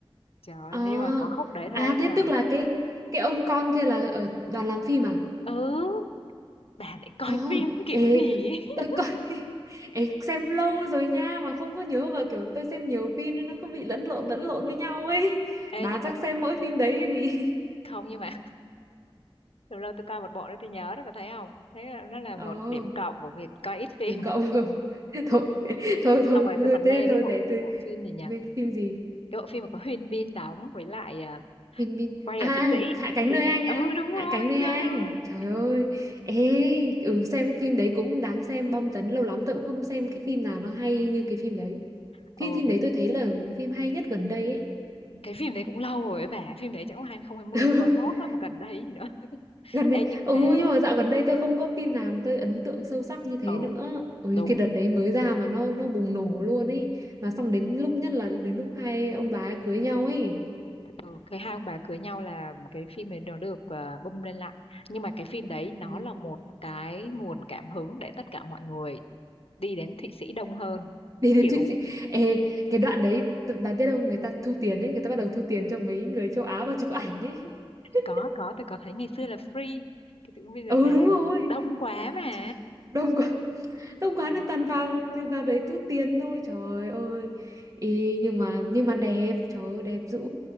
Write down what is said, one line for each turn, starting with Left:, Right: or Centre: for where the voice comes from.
Left: trời ơi,
Right: À.
Left: nhưng mà có khúc đấy
Right: À
Left: thôi nhưng
Right: thế
Left: mà
Right: tức là cái cái ông con kia là ở đoàn làm phim à?
Left: ừ bà này coi
Right: Ồ,
Left: <laughs> phim kiểu
Right: ê
Left: gì
Right: t-
Left: ấy.
Right: tôi coi <laughs> ê, xem lâu rồi nha mà không có nhớ mà kiểu tôi xem nhiều phim nên nó cứ bị lẫn lộn lẫn lộn với nhau ấy. <laughs>
Left: <laughs> ê
Right: Bà
Left: nhưng
Right: chắc
Left: mà
Right: xem mỗi phim đấy gì.
Left: không nhưng mà lâu lâu tôi coi một bộ đó tôi nhớ đó bà thấy không thấy là nó là
Right: Ồ,
Left: một điểm cộng của việc coi ít phim
Right: tìm cậu. <laughs> Thôi,
Left: <laughs>
Right: thôi thôi
Left: xong rồi
Right: thôi
Left: tôi còn
Right: thế
Left: mê cái
Right: thôi
Left: bộ
Right: để tôi
Left: bộ phim gì nhỉ
Right: Mấy phim gì?
Left: cái bộ phim mà có Huyên Bin đóng với lại à,
Right: Bin Bin
Left: quay
Right: à
Left: ở Thụy Sĩ
Right: Hạ cánh
Left: cái
Right: nơi
Left: gì
Right: anh
Left: ừ
Right: á
Left: đúng
Right: Hạ
Left: rồi
Right: cánh nơi
Left: trời
Right: anh
Left: ơi
Right: trời ơi ê ừ, xem phim đấy cũng đáng xem bom tấn lâu lắm tôi cũng không xem cái phim nào nó hay như cái phim đấy
Left: ừ
Right: phim phim
Left: cái
Right: đấy tôi thấy là phim hay nhất gần đây ấy
Left: cái phim đấy cũng lâu rồi ấy bà phim đấy chắc cũng 2020
Right: <laughs>
Left: mốt lắm mà gần đấy gì nữa
Right: gần đây
Left: ê nhưng
Right: ừ
Left: mà
Right: nhưng mà dạo gần đây tôi không có phim nào tôi ấn tượng sâu sắc như thế
Left: ừ
Right: nữa ui
Left: đúng
Right: cái đợt đấy mới ra mà nó nó bùng nổ luôn ấy mà xong đến lúc nhất là đến lúc hai ông bà ấy cưới nhau ấy
Left: ừ cái hai ông bà cưới nhau là cái phim này nó được à, bung lên lại nhưng mà cái phim đấy nó
Right: ừ.
Left: là một cái nguồn cảm hứng để tất cả mọi người đi đến Thụy Sĩ đông hơn
Right: <laughs> đi đến
Left: kiểu
Right: Thụy Sĩ Ê, cái đoạn đấy tự- bà biết không người ta thu tiền ấy người ta bắt đầu thu tiền cho mấy người châu Á vào chụp ảnh ấy <laughs>
Left: có có tôi có thấy ngày xưa là free cái tự bây giờ
Right: ừ
Left: ràng
Right: đúng rồi
Left: đông quá mà
Right: Trời, đông quá đông quá
Left: ừ.
Right: nên toàn vào từ vào đấy thu tiền thôi trời ơi Ý, nhưng mà nhưng mà đẹp trời ơi đẹp dữ